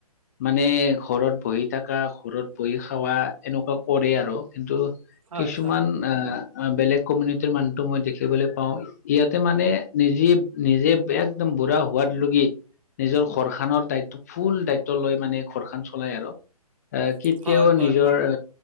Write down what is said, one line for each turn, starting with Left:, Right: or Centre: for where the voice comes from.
Left: মানে ঘৰত বহি থাকা ঘৰত বহি খাৱা এনেকুৱা কৰে আৰু কিন্তু
Right: হয়,
Left: কিছুমান আহ, বেলেগ কমিউনিটিৰ মানুহটো মই দেখিবলৈ পাওঁ। ইয়াতে মানে নিজে নিজে একদম বুঢ়া হোৱাত লগি নিজৰ খৰচ। খৰ দায়িত্ব ফুল দায়িত্ব লৈ মানে ঘৰ খ চলাই আৰু এ। কেতিয়াও
Right: হয়, হয়, হয়, হয়,
Left: নিজৰ। এ